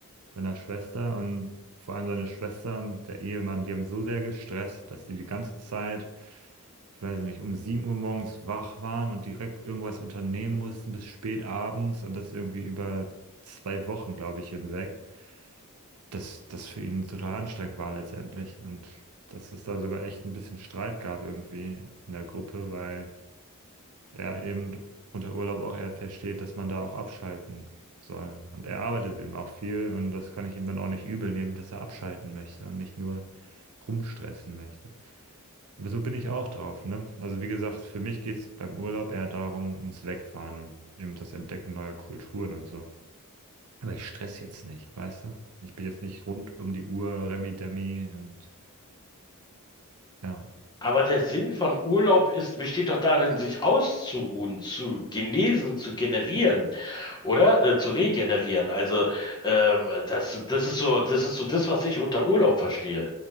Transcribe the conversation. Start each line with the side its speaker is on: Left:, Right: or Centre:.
Right: seiner Schwester und vor allem seine Schwester und der Ehemann, die haben so sehr gestresst, dass die die ganze Zeit, ich weiß nicht, um 7 Uhr morgens wach waren und direkt irgendwas unternehmen mussten bis spät abends und das irgendwie über zwei Wochen, glaube ich, hinweg das, das für ihn total anstrengend war letztendlich. Und dass es da sogar echt ein bisschen Streit gab irgendwie in der Gruppe, weil er eben unter Urlaub auch eher versteht, dass man da auch abschalten soll. Und er arbeitet eben auch viel und das kann ich ihm dann auch nicht übel nehmen, dass er abschalten möchte und nicht nur rumstressen möchte. Aber so bin ich auch drauf, ne? Also wie gesagt, für mich geht es beim Urlaub eher darum, ums Wegfahren und eben das Entdecken neuer Kulturen und so. Aber ich stress jetzt nicht, weißt du? Ich bin jetzt nicht rund um die Uhr, Remi Demi und ja.
Left: Aber der Sinn von Urlaub ist, besteht doch darin, sich auszuruhen, zu genesen, zu generieren, oder? Äh, zu regenerieren. Also ähm, das, das ist so, das ist so das, was ich unter Urlaub verstehe.